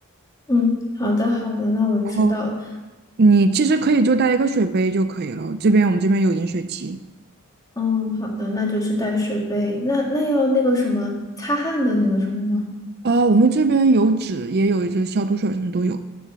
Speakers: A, on the left; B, on the right.
A: 嗯，好的好的，那我知道了。
B: 然后你其实可以就带一个水杯就可以了，这边我们这边有饮水机。
A: 嗯，好的，那就是带水杯。那那要那个什么擦汗的那个什么吗？
B: 呃，我们这边有纸，也有这个消毒水，什么都有。